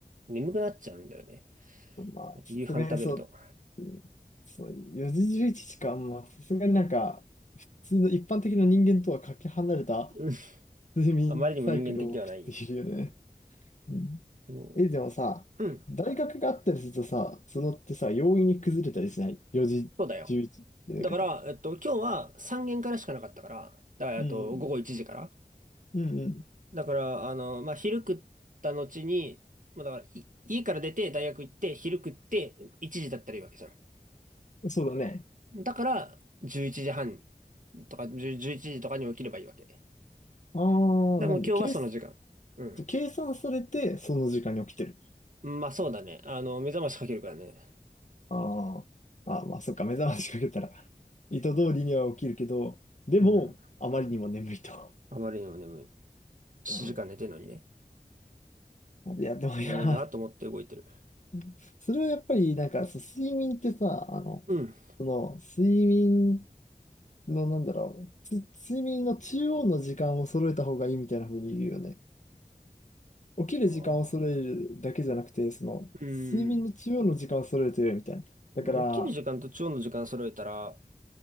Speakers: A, on the right; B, on the left.
A: 眠くなっちゃうんだよね。
B: まあ、さすがにそう、
A: 夕飯食べると。
B: うん、そう、4時11時かん。まあ、さすがになんか、普通の一般的な人間とはかけ離れた
A: うん。
B: 睡眠サイクルを送っているよね。
A: あまりにも人間的ではない。
B: うん。
A: そ
B: え、でもさ、
A: ううん。
B: 大学があったりするとさ、そのってさ、容易に崩れたりしない。4時11時って寝方。
A: そうだよ。だから、えっと、今日は3限からしかなかったから、だから、
B: うん。
A: えっと、午後1時から。
B: うんう
A: だから、あの、まあ、昼食った後に、まあ、だから、い家から出て大学行って、昼食って、1時だったらいいわけじゃ
B: ん。そうだね。
A: ん。だから、11時半とか、10 1時とかに起きればいいわけ。
B: ああ、
A: でも今日はその時間。
B: 何計、
A: うん。
B: 計算されて、その時間に起きてる。
A: まあ、そうだね。あの、目覚ましかけるからね。
B: あーあー、まあまあ、そっか、目覚ましかけたら、意図通りには起きるけど、でも、
A: うん。
B: あまりにも眠いと。
A: あまりにも眠い。7時間寝てんのにね。
B: <laughs> うん、いや、でもいや、
A: 眠いなと思って動いてる。
B: <laughs> それはやっぱり、なんか、そう睡眠ってさ、あの、
A: うん。
B: その、睡眠の、なんだろう、つ睡眠の中央の時間を揃えた方がいいみたいな風に言うよね。起きる時間を揃えるだけじゃなくて、
A: ああ。
B: その、
A: うん。
B: 睡眠の中央の時間を揃えるとよいみたいな。だから、
A: もう起きる時間と中央の時間揃えたら、